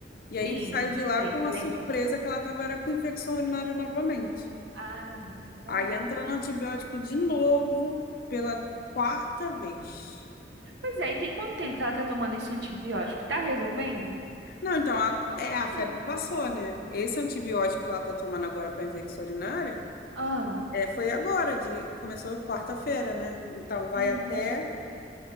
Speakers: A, on the left (about 55°); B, on the right (about 80°).
A: E aí
B: Sim,
A: saiu de lá
B: sei,
A: com
B: lembro.
A: a surpresa que ela estava era com infecção urinária novamente.
B: Ah, não. Bom.
A: Aí entra no antibiótico de novo pela quarta vez.
B: Pois é, e tem quanto tempo que ela tá tomando esse antibiótico? Tá resolvendo?
A: Não, então, a,
B: Tô
A: é, a
B: lendo.
A: febre passou, né? Esse antibiótico que ela está tomando agora para infecção urinária
B: ah,
A: é, foi agora, de, começou quarta-feira, né? Então vai
B: uhum.
A: até